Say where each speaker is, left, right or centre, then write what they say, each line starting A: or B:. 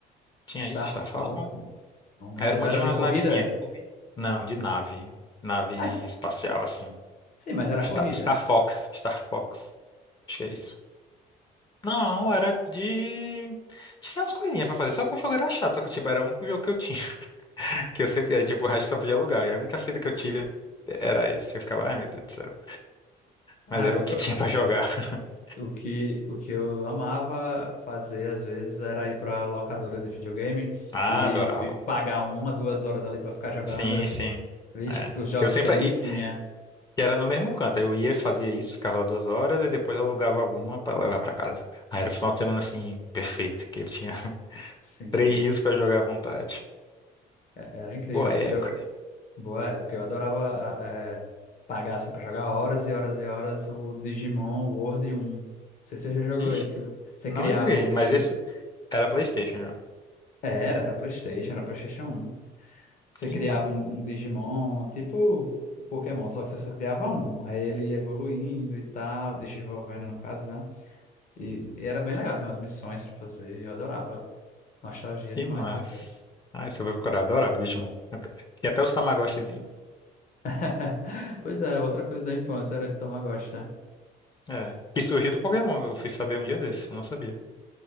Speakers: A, on the left; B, on the left.
A: tinha
B: Star
A: isso, Star Falcon?
B: Falcon. Não
A: Era
B: lembro.
A: uma
B: Era
A: de umas
B: de corrida?
A: navezinhas. Não, de nave. Nave
B: Ah,
A: espacial, assim.
B: sim, mas era
A: Star,
B: corrida.
A: Star Fox. Star Fox. Acho que é isso. Não,
B: Star.
A: era de. Tinha umas coisinhas pra fazer, só que o jogo era chato, só que tipo, era o único jogo que eu tinha, <laughs> que eu sempre, era, tipo, o resto eu só podia alugar, e a única fita que eu tive era esse, eu ficava, ai meu Deus do céu,
B: Ah,
A: mas era
B: eu,
A: o que tinha pra jogar. <laughs>
B: O que, o que eu amava fazer às vezes era ir para locadora de videogame
A: Ah,
B: e,
A: adorava.
B: e pagar uma, duas horas ali para ficar jogando,
A: Sim, sim.
B: vixe,
A: É.
B: os jogos
A: Eu sempre
B: que eu
A: fa-
B: não
A: e,
B: tinha.
A: e era no mesmo canto. Eu ia, fazia isso, ficava lá duas horas e depois alugava alguma para levar para casa. Aí era o final de semana assim, perfeito, que eu tinha <laughs>
B: Sim,
A: três dias para jogar à vontade.
B: é- era incrível.
A: Boa época.
B: Eu, boa época, eu adorava a- é, pagar assim para jogar horas e horas e horas o Digimon World 1. Não sei se você já jogou
A: Ixi,
B: esse, que você
A: não
B: criava
A: joguei,
B: um Digimon.
A: mas isso era PlayStation já.
B: Era, era PlayStation, era PlayStation um. Você
A: Que
B: criava
A: massa.
B: um, um Digimon, tipo o Pokémon, só que você só criava um. Aí ele ia evoluindo e tal, desenvolvendo no caso, né? E, e era bem legal, tinha umas missões pra fazer, eu adorava. Nostalgia
A: Que
B: demais
A: massa.
B: esse jogo.
A: Ah, você vai procurar, adorava Digimon. Ado- E até os Tamagotchizinho.
B: <laughs> Pois é, outra coisa da infância era esse Tamagotchi, né?
A: É. Que surgiu do Pokémon, eu fui saber um dia desse, eu não sabia.